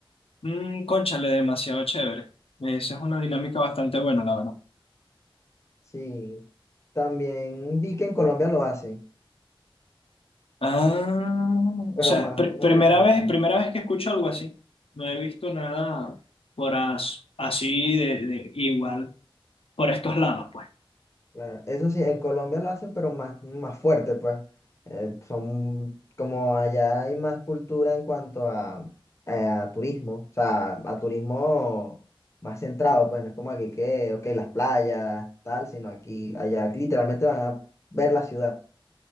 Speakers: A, on the left (about 85°); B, on the left (about 30°).
A: Mm, cónchale, demasiado chévere. Esa es una dinámica bastante buena, la verdad.
B: Sí, también vi que en Colombia lo hacen,
A: Ah,
B: pero
A: o sea,
B: más,
A: pr-
B: mm,
A: primera vez, primera vez que escucho algo así. No he visto nada por as- así de, de igual por estos lados, pues.
B: claro, eso sí, en Colombia lo hacen, pero más, más fuerte, pues. Eh, son, como allá hay más cultura en cuanto a, eh, a turismo, o sea, a turismo más centrado, pues no es como aquí que, ok, las playas, tal, sino aquí, allá literalmente van a ver la ciudad.